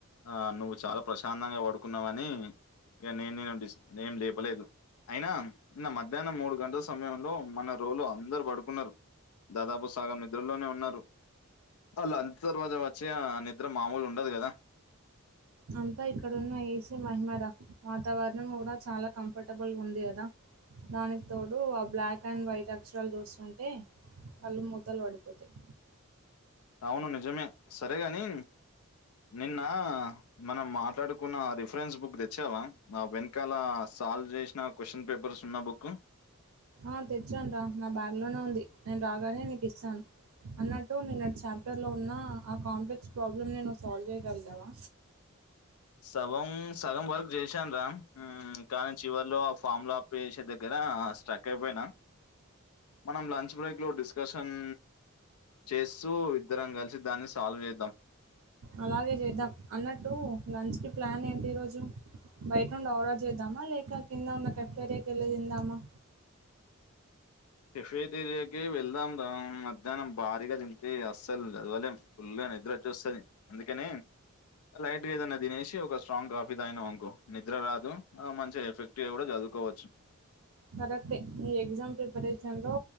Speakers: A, on the left; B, on the right.
A: ఆ నువ్వు చాలా ప్రశాంతంగా పడుకున్నావని ఇగ నేను నేను డిస్ నేం లేపలేదు అయినా నిన్న మధ్యాహ్నం మూడు గంటల సమయంలో మన రూమ్ లో అందరు పడుకున్నారు దాదాపు సగం నిద్రలోనే ఉన్నారు ఆ లంచ్ అంత తర్వాత వచ్చే ఆ నిద్ర మామూలు ఉండదు కదా
B: అంతా ఇక్కడున్న ఏసీ మహిమ రా వాతావరణం కూడా చాలా కంఫర్టబుల్ గా ఉంది కదా దానికి తోడు ఆ బ్లాక్ అండ్ వైట్ అక్షరాలు చూస్తుంటే కళ్ళు మూతలు పడతాయి
A: అవును నిజమే సరేగాని నిన్న మనం మాట్లాడుకున్న రిఫరెన్స్ బుక్ తెచ్చావా ఆ వెనకాల సాల్వ్ చేసిన క్వశ్చన్ పేపర్స్ ఉన్న బుక్
B: ఆ తెచ్చను రా నా బ్యాగ్ లోనే ఉంది నేను రాగానే నీకు ఇస్తాను అన్నట్టు నేన్నటి చాప్టర్ లో ఉన్న ఆ కాంప్లెక్స్ ప్రాబ్లమ్ ని నువ్ సాల్వ్ చేయ్యగలీగవా
A: సగం సగం వరకు చేశాను రా మ్ కానీ చివర్లో ఆ ఫార్మ్ ల ఆప్లే చేసే దగ్గర ఆ స్టక్ అయిపోయినా మనం లంచ్ బ్రేక్ లో డిస్కషన్ చేస్తూ ఇద్దరం కలిసి దాన్ని సాల్వ్ చేద్దాం
B: అలాగే చేద్దాం అన్నట్టు లంచ్ కి ప్లాన్ ఏంటి ఈరోోజు బయట నుండి ఆర్డర్ చేద్దామా లేక కింద ఉన్న కఫేరియాకి వెళ్ళి తిందామా
A: కేఫేటేరియాకే వెళ్దాం రాము మధ్యాహ్నం భారీగా తింటే అస్సలు లేవలేం ఫుల్గా ని వచ్చేస్తది అందుకనే లైట్గా ఏదన్నా తినేసి ఒక స్ట్రాంగ్ కాఫీ తాగినం అనుకో నిద్ర రాదు మంచిగా ఎఫెక్ట్ గా కూడా కద్ చదువుకోవచ్చు
B: కరెక్ట్ ఈ ఎగ్జామ్ ప్రిపరేషన్ లో